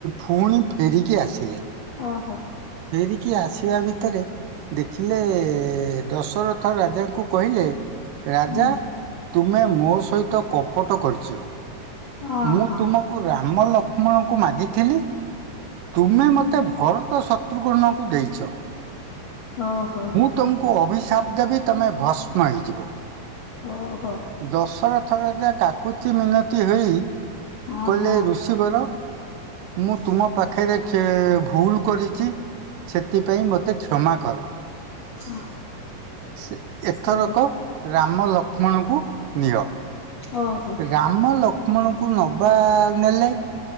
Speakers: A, on the right; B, on the left.
A: ଫୁଣି ଫେରିକି ଆସିଲେ।
B: ଓହ।
A: ଫେରିକି ଆସିବା ଭିତରେ ଦେଖିଲେ ଦଶର ଥ ରାଜାଙ୍କୁ କହିଲେ ରାଜା
B: ହୁଁ
A: ତୁମେ ମୋ ସହିତ କପଟ କରିଚ।
B: ଓହୋ
A: ମୁଁ ତୁମକୁ ରାମ ଲକ୍ଷ୍ମଣଙ୍କୁ ମାଗିଥିଲି ତୁମେ ମତେ ଭରତ ଶତ୍ରୁଘ୍ନଙ୍କୁ ଦେଇଚ।
B: ଓହୋ।
A: ତମକୁ ଅଭିଶାପ ଦେବି ତମେ ଭସ୍ମ ହେଇଯିବ।
B: ଓହୋ।
A: ଦଶରଥ ରାଜା କାକୁତି ମିନତି ହୋଇ
B: ଓହୋ
A: କହିଲେ ଋଷ୍ ଷି ବର ମୁଁ ତୁମ ପାଖରେ କେ ଭୁଲ କରିଚି। ସେଥିପାଇଁ ମତେ କ୍ଷମା କର।
B: ହଁ
A: ସେ ଏଥରକ
B: ଓ।
A: ରାମ ଲକ୍ଷ୍ମଣଙ୍କୁ ନିଅ
B: ଓହୋ।
A: ରାମ ଲକ୍ଷ୍ମଣଙ୍କୁ ନବା ନେଲେ।